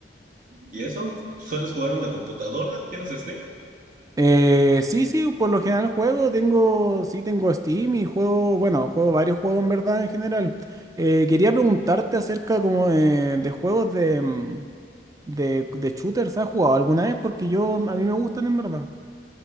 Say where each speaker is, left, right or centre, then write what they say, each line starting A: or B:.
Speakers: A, on the right (about 50°); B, on the right (about 20°).
A: ¿Y eso? ¿Sueles jugar en la computadora? ¿Tienes Steam?
B: Eh, sí, sí, por lo general juego, tengo, sí, tengo Steam y juego, bueno, juego varios juegos en verdad en general. Eh, quería preguntarte acerca como eh, de juegos de, mm, de, de shooters, ¿has jugado alguna vez? Porque yo, a mí me gustan en verdad.